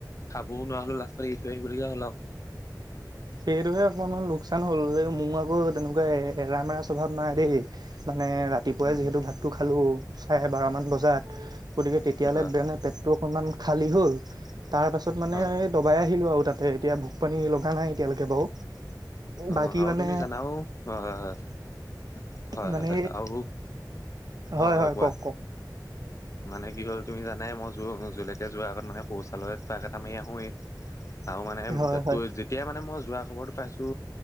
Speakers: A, on the left; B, on the right.
A: খাবও নোৱাৰা হ'লো লাষ্টত এৰি থৈ আহিবলগীয়া হ'ল আৰু।
B: সেইটোহে অকণমান লোকচান হ'ল মোৰ আকৌ তেনেকুৱা এৰামেৰা স্বভাৱ নাই দেই। মানে ৰা। ৰাতিপুৱাই
A: উম
B: যিহেতু ভাতটো খালোঁ চাৰে বাৰমান বজাত, গতিকে তেতিয়ালৈ
A: উম হয় হয়
B: মানে পেটটো। অকনমান খালী হ'ল তাৰ পাছত মানে
A: হয় হয়
B: দবাই আহিলো আৰু তাতে এতিয়া ভোক পানী লগা নাই। একতিয়ালৈকে বাৰু।
A: অ,
B: বাকী
A: আৰু
B: মানে
A: তুমি জানাও হয় হয়
B: মানে
A: হয় হয় হয় আৰু
B: হয়
A: অ
B: হয়
A: কোৱা
B: কওক। কওক
A: মানে কি হ'ল তুমি জানাই মই যৌ য'লৈকে যোৱাৰ আগত মানে শৌচালয়ত পাক এটা মাৰি আহোৱেই। আৰু মানে
B: হয় হয়
A: তই যেতিয়াই মানে মই যোৱা খবৰটো পাইছো।